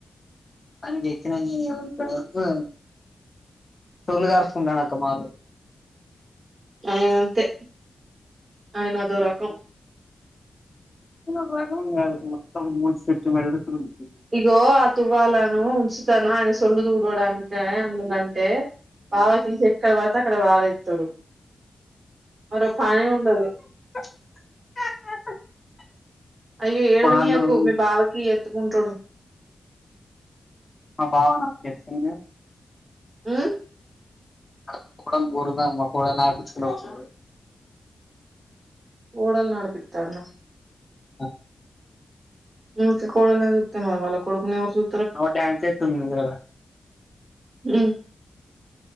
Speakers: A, on the left; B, on the right.
A: పనికి ఎక్కినాగానీ ఎవరి కెవరికో సోళ్ళు గార్చుకుంటాను అక్క మాలు
B: ఆయన అంతే ఆయన అదో రకం
A: <unintelligible> మొత్తం ముూడు సెట్ <unintelligible>
B: ఇగో ఆ తువ్వాలను ఉంచుతాను ఆయన సొల్లు దుడవడానికా <unintelligible> కంటే బాగా తీసి ఎక్కడ పడితే అక్కడ పారేత్తడు మరో పనే ఉండదు
A: <unintelligible>
B: అయ్యో ఏడవ
A: మా
B: నీయకు
A: అల్లుడు
B: మీ బావకి ఇయ్యి ఎత్తుకుంటాడు
A: మా బావనా పెప్సీనో
B: ఉమ్
A: <unintelligible> ఇంగో పోరల్లను ఆడిపిచ్చుకొండి ఒకసారి
B: ఓడలు నడిపిత్తాండా
A: అ
B: నువ్వు ఇక కోడల్నే జూత్తే మరి వాళ్ళ కొడుకుని ఎవరు జూ
A: ఆ <unintelligible> డ్యాన్స్ ఎత్తుంది <unintelligible>
B: హ్మ్